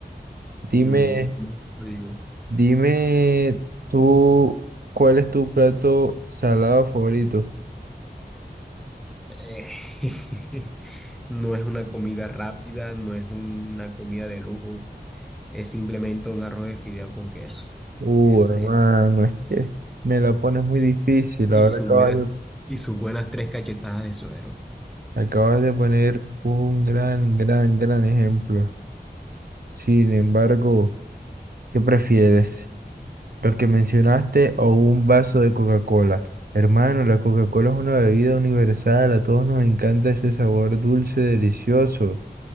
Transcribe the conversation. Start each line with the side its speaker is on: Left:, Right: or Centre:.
Right: Dime,
Centre: Mm, y como te digo,
Right: dime tú, ¿cuál es tu plato salado favorito?
Centre: eh, <laughs> no es una comida rápida, no es una comida de lujo, es simplemente un arroz de fideo con queso.
Right: Uh,
Centre: Eso
Right: hermano,
Centre: es.
Right: es que me la pones muy
Centre: Y
Right: difícil.
Centre: su- y
Right: Ahora
Centre: su
Right: acabas
Centre: buena-
Right: de,
Centre: y sus buenas tres cachetadas de suero.
Right: acabas de poner un gran, gran, gran ejemplo. Sin embargo, ¿qué prefieres? ¿Lo que mencionaste o un vaso de Coca-Cola? Hermano, la Coca-Cola es una bebida universal. A todos nos encanta ese sabor dulce, delicioso.